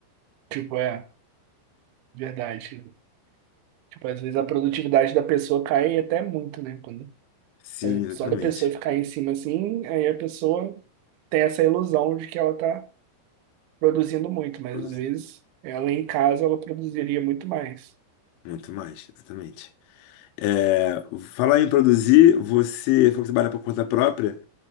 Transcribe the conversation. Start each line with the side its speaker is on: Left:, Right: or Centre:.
Right: Tipo, é, verdade. Tipo, às vezes a produtividade da pessoa cai até muito, né? Quando,
Left: Sim,
Right: é,
Left: exatamente.
Right: só da pessoa ficar em cima assim, aí a pessoa tem essa ilusão de que ela tá produzindo muito, mas
Left: Produzir
Right: às vezes ela em casa ela produziria muito mais.
Left: Muito mais, exatamente. É, falar em produzir, você falou que trabalha por conta própria.